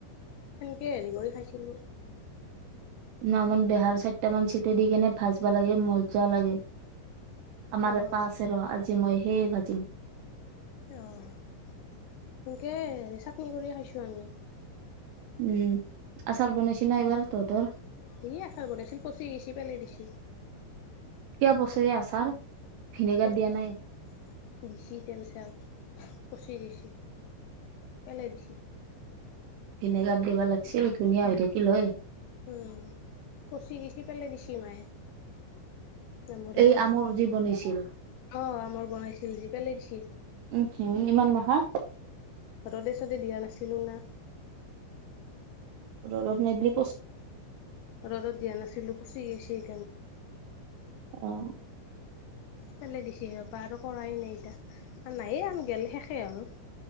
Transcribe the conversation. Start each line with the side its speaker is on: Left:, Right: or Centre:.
Left: সেনেকে হেৰি কৰি খাইছিলো।
Right: নমাৰ বেহাৰ চাৰিট মান চিট দি কিনে ভাজবা লাগে মজা লাগে। আমাৰ
Left: অ',
Right: পছে ৰ আজ <unintelligible> জি মই সেই ভাজিম।
Left: অ এনেকে চাটনি কৰি খাইছোঁ আমি।
Right: উম আচাৰ বনাইছে না এইবাৰ তহঁতৰ?
Left: সি আচাৰ বনাইছিল পচি গৈছি পেলাই দিচি।
Right: কিয় পচে আচাৰ? ভিনেগাৰ
Left: <unintelligible>
Right: দিয়া নাই
Left: দিচি তেল চেল পচি দিছে পেলাই দিচি।
Right: ভিনেগাৰ দিবা লাগিছিল ধুনীয়া হৈ থাকিল হয়।
Left: উম পচি গিছি পেলা দিছি মায়ে। নামৰ
Right: এই
Left: আচাৰ
Right: আমৰ যি বনিছিল
Left: অ আমৰ বনাইছিল যি পেলাই দিছি
Right: উহ ইমান মাহা।
Left: ৰ'দে চদে দিয়া নাছিলো না।
Right: ৰদত নেদি
Left: ৰ'দত দিয়া নাছিলো। পচি গেছে।
Right: অ।
Left: পালেই দিছি এহোপা আৰু কৰাই নাই এতিয়া। নাই আম গেল শেষে হ'ল।